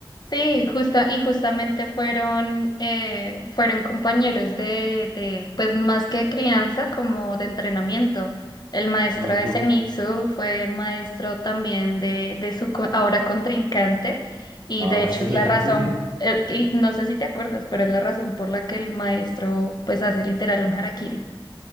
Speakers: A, on the left; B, on the right.
A: Sí, justa, y justamente fueron, eh, fueron compañeros de, de, pues más que crianza, como de entrenamiento. El maestro
B: Ujú.
A: de Zenitsu fue maestro también de, de su co- ahora contrincante, y
B: Ah,
A: de hecho
B: sí.
A: es la razón,
B: <laughs>
A: eh, y no sé si te acuerdas, pero es la razón por la que el maestro pues hace literal un harakiri.